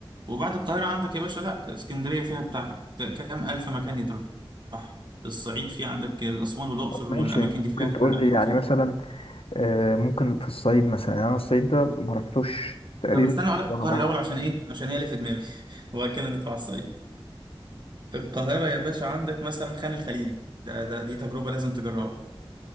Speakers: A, on the right; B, on the left.
A: وبعد القاهرة عندك يا باشا لا اسكندرية فيها بتاع كام ألف مكان يتروح الصعيد فيه عندك أسوان والأقصر
B: طب ماشي
A: والأماكن
B: ممكن
A: دي فيها
B: تقول
A: حاجات
B: لي يعني
A: خطيرة
B: مثلا آه ممكن في الصعيد مثلا يعني انا الصعيد ده ما رحتوش تقريبا
A: طب استنى أقول لك
B: ولا
A: القاهرة
B: مره
A: الأول عشان إيه؟ عشان هي اللي في دماغي <laughs> وبعد كده نطلع الصعيد القاهرة يا باشا عندك مثلا خان الخليلي ده, ده دي تجربة لازم تجربها